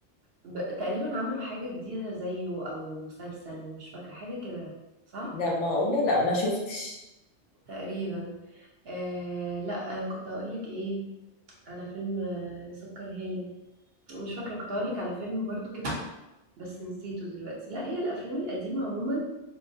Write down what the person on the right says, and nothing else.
ب... تقريبا عملوا حاجة جديدة زيه أو مسلسل مش فاكرة حاجة كده صح؟
تقريبا آه لا آه، كنت هقولك ايه على فيلم آه سكر هانم مش فاكرة كنت هقولك على فيلم برضو كده بس نسيته دلوقتي لا هي الأفلام القديمة عموما